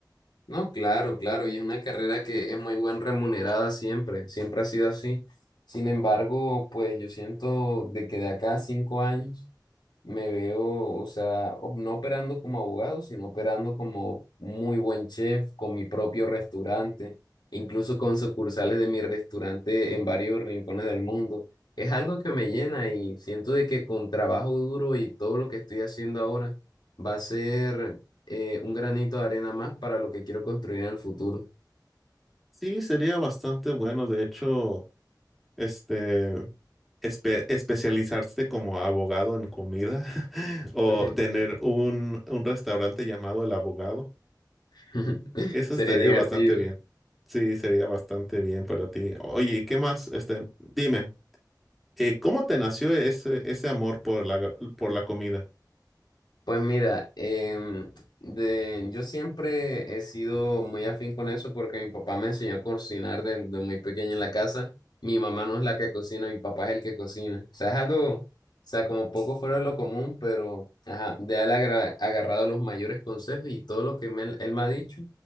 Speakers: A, on the left; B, in the centre.
A: No, claro, claro, y es una carrera que es muy buen remunerada siempre, siempre ha sido así. Sin embargo, pues yo siento de que de acá a cinco años me veo, o sea, o- no operando como abogado, sino operando como muy buen chef, con mi propio restaurante, incluso con sucursales de mi restaurante en varios rincones del mundo. Es algo que me llena y siento de que con trabajo duro y todo lo que estoy haciendo ahora va a ser eh, un granito de arena más para lo que quiero construir en el futuro.
B: Sí, sería bastante bueno. De hecho, este, espe- especializarse como abogado en comida <laughs> o
A: <laughs>
B: tener un, un restaurante llamado El Abogado.
A: <laughs>
B: Eso
A: Sería
B: estaría
A: divertido.
B: bastante bien. Sí, sería bastante bien para ti. Oye, ¿y qué más? Este, dime, eh, ¿cómo te nació ese, ese amor por la, por la comida?
A: Pues mira, em, de, yo siempre he sido muy afín con eso porque mi papá me enseñó a cocinar de, de muy pequeño en la casa. Mi mamá no es la que cocina, mi papá es el que cocina. O sea, es algo, o sea, como poco fuera de lo común, pero ajá, de él agra- agarrado los mayores consejos y todo lo que me- él me ha dicho,